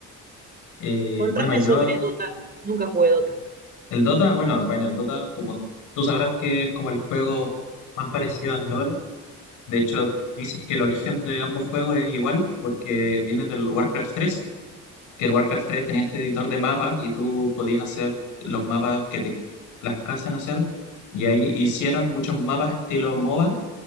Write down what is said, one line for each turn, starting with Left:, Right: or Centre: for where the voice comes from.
Left: Eh,
Right: Contame
Left: bueno, yo,
Right: sobre Dota, nunca jugué Dota.
Left: el Dota, bueno, bueno, el Dota, como tú sabrás que es como el juego más parecido al LOL De hecho, dicen que el origen de ambos juegos es igual porque viene del Warcraft tres que el Warcraft tres tenía este editor de mapas y tú podías hacer los mapas que te plazcasen hacer. Y ahí hicieron muchos mapas estilo MOBA,